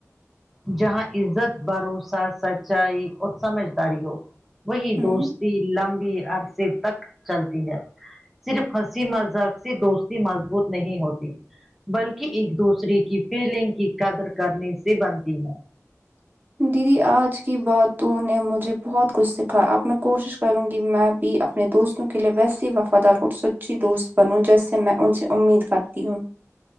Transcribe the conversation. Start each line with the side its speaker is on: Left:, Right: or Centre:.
Centre: جہاں عزت بھروسہ سچائی اور سمجھداری ہو وہی
Right: ہوں
Centre: دوست لمبی عرصے تک چلتی ہے صرف ہسی مذاق سے دوستی مضبوط نہیں ہوتی بلکہ ایک دوسرے کی فیلنگ کی قدر کرنے سے بنتی ہے
Right: دیدی آج کی باتوں نے مجھے بہت کچھ سیکھا اب میں کوشش کروں گی میں بھی اپنے دوستوں کے لیے بس وفادار اور سچی دوست بنوں جیسے میں ان سے امید کرتی ہوں